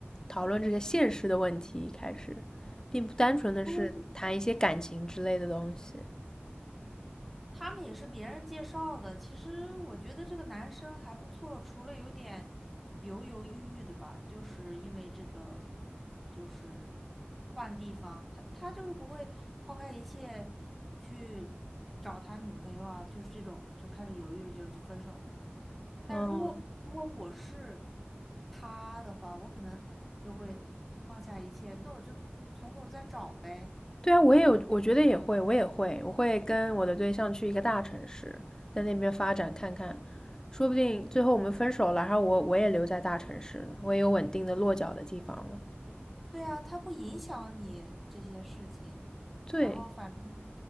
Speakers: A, on the left (about 15°); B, in the centre.
A: 讨论这些现实的问题，一开始，并不单纯的是谈一些感情之类的东西。
B: 对，他们也是别人介绍的。其实我觉得这个男生还不错，除了有点犹犹豫豫的吧，就是因为这个，就是换地方，他他就是不会抛开一切去找他女朋友啊，就是这种就开始犹豫就分手了。但如果如果我是
A: 嗯，
B: 他的话，我可能就会放下一切，那我就从头再找呗。
A: 对啊，我也有，我觉得也会，我也会，我会跟我的对象去一个大城市，在那边发展看看，说不定最后我们分手了，然后我我也留在大城市了，我也有稳定的落脚的地方了。
B: 对啊，它不影响你这些事情，
A: 对，
B: 然后反正，